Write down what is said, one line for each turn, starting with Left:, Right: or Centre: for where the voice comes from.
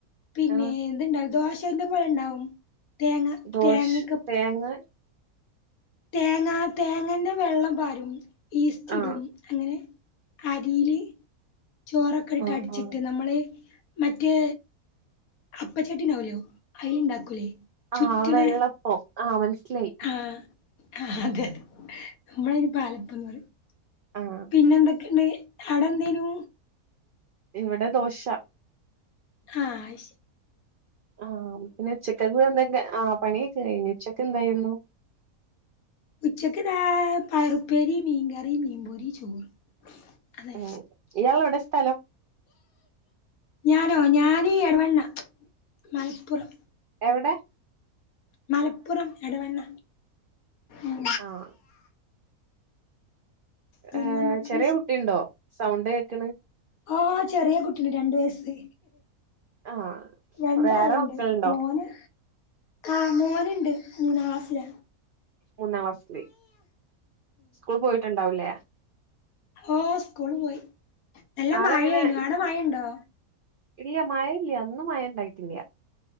Left: പിന്നേ
Right: ആഹ്
Left: എന്തുണ്ടാവും ദോശേന്റെ പോലെണ്ടാവും. തേങ്ങ
Right: ദോശ
Left: തേങ്ങക്കെ
Right: തേങ്ങ
Left: തേങ്ങാ തേങ്ങന്റെ വെള്ളം പാരും ഈസ്റ്റിടും
Right: ആഹ്
Left: അങ്ങനെ അരീല് ചോറൊക്കെട്ടിട്ടടിച്ചിട്ട്
Right: ആഹ് ആഹ്
Left: നമ്മള് മറ്റേ അപ്പച്ചട്ടിണ്ടാവുല്ലോ അയില്ണ്ടാക്കൂലേ ചുറ്റ്ണെ
Right: ആഹ് വെള്ളപ്പം ആഹ് മനസ്സിലായി
Left: ആഹ് അതെതെ നമ്മളയിന് പാലപ്പം ന്ന് പറയും
Right: ആഹ്
Left: പിന്നെന്തൊക്കെണ്ട് അവടെ എന്തേനു
Right: ഇവിടെ ദോശ
Left: ഹാഹ് അയ്ശെ
Right: ആഹ് പിന്നെ ഉച്ചക്കേക്ക്ന്തൊക്കെ ആഹ് പണിയൊക്ക കഴിഞ്ഞ് ഉച്ചക്ക് എന്തായിരുന്നു
Left: ഉച്ചക്ക്താ പയറുപ്പേരി മീൻകറി മീൻപൊരി ചോറ് അതെ
Right: ഉം ഇയാളെവിടെ സ്ഥലം
Left: ഞാനോ ഞാന് എടവണ്ണ മലപ്പുറം
Right: എവടെ
Left: മലപ്പുറം, എടവണ്ണ ഉം
Right: ആഹ്
Left: പിന്നെന്തൊക്കെ
Right: ഏഹ്, ചെറിയ കുട്ടിണ്ടോ സൗണ്ട് കേക്ക് ണ്
Left: ഓഹ് ചെറിയ കുട്ടിണ്ട്, രണ്ട് വയസ്സ്
Right: ആഹ്
Left: രണ്ടാൾണ്ട്
Right: വേറെ മക്കളുണ്ടോ?
Left: മോന് ആഹ് മോനിണ്ട് മൂന്നാം ക്ലാസ്സില
Right: മൂന്നാം ക്ലാസ്സില് സ്കൂളി പോയിട്ടുണ്ടാവൂല്ലേ
Left: ഓഹ് സ്കൂളി പോയി നല്ല
Right: ആളെങ്ങനെ
Left: മഴേനു ആടെ മഴണ്ടോ
Right: ഇല്ല മഴ ഇല്ല ഇന്ന് മയ ണ്ടായിട്ടില്ല്യ